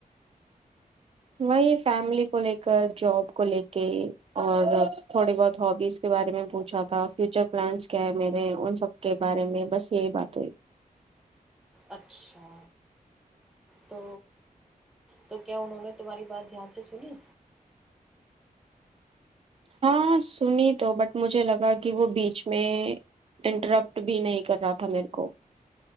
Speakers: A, on the right (about 40°); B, in the centre.
A: وہی فیملی کو لے کر جاب کو لے کے اور تھوڑی بہت ہاوبیز کے بارے میں پوچھا رہا تھا فیوچر پلانس کیا ہے میرے ان سب کے بارے میں بس یہی بات ہوئی
B: اچھا تو تو کیا انہوں نے تمہاری بات دھیان سے سنی
A: ہاں سنی تو بٹ مجھے لگا کہ وہ بیچ میں انٹرپٹ بھی نہیں کر رہا تھا میرے کو